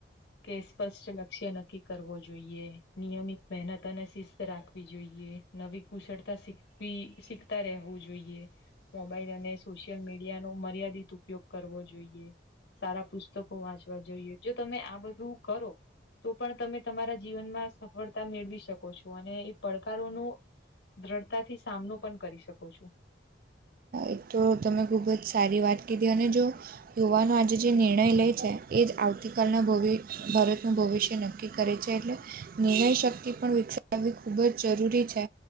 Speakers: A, on the left; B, on the right.
A: કે સ્પષ્ટ લક્ષ્ય નક્કી કરવો જોઈએ નિયમિત મહેનત અને શિસ્ત રાખવી જોઈએ. નવી કુશળતા શીખવી શીખતા રહેવું જોઈએ. મોબાઈલ અને સોશિયલ મીડિયાનો મર્યાદિત ઉપયોગ કરવો જોઈએ. સારા પુસ્તકો વાંચવા જોઈએ. જો તમે આ બધું કરો પણ તમે જીવનમાં સફળતા મેળવી શકો છો. અને એ પડકારોનું દ્રઢતાથી સામનો પણ કરી શકો છો.
B: એક તો તમે ખૂબ જ સારી વાત કીધી અને જો યુવાનો આજે જે નિર્ણય લે છે. એ જ આવતીકાલના ભવિ ભારતનું ભવિષ્ય નક્કી નક્કી કરે છે. એટલે નિર્ણય શક્તિ પણ વિકસાવાવવી ખૂબ જ જરૂરી છે.